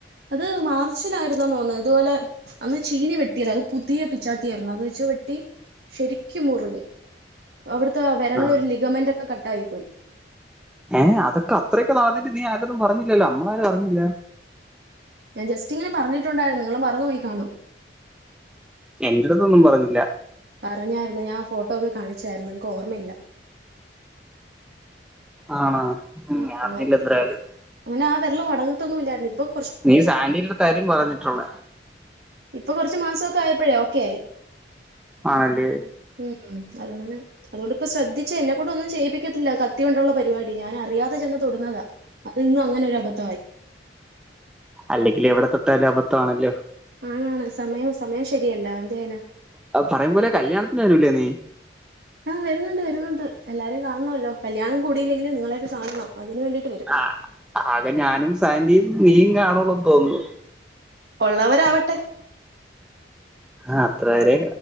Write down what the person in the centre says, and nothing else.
ആ
ഏ അതൊക്കെ അത്രെക്കെ നടന്നിട്ട് നീ ആരടുത്തും പറഞ്ഞില്ലല്ലൊ. ഞമ്മളാരും അറിഞ്ഞില്ല.
എന്റെടുത്തൊന്നും പറഞ്ഞില്ല.
ആണ്. ഞാൻ
അറിഞ്ഞില്ല
ഇത്രേല്
നീ സാൻഡിയുടെ തരും പറഞ്ഞിട്ടുള്ളെ
ആണെല്ലേ.
അല്ലെങ്കില് എവിടെ തൊട്ടാലും അബദ്ധ വാണല്ലോ.
പറയും പോലെ കല്യാണത്തിന് വരുലേ നീ
ആ ആകെ ഞാനും സാൻഡിയും നീയും കാണുള്ളൂന്ന് തോന്ന്ണു.
ആ അത്രവെരെ.